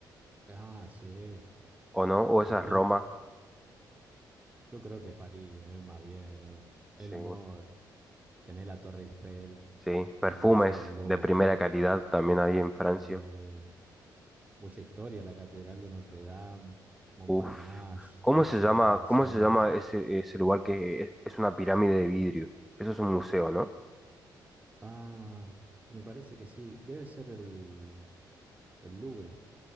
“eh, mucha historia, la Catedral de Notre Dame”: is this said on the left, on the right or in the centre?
Right